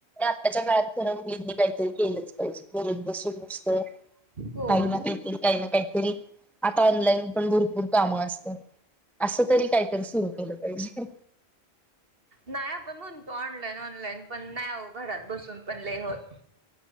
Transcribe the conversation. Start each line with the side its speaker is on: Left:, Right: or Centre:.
Centre: आताच्या काळात खर मुलींनी काहीतरी केलंच पाहिजे घरात बसून बसून
Right: हो
Centre: काही ना काहीतरी काही ना काहीतरी आता ऑनलाईन पण भरपूर कामंअसतात असं तरी काहीतरी सुरू केलं पाहिजे
Right: नाही आपण म्हणतो ऑनलाईन ऑनलाईन पण नाही आहो घरात बसून पण लई होत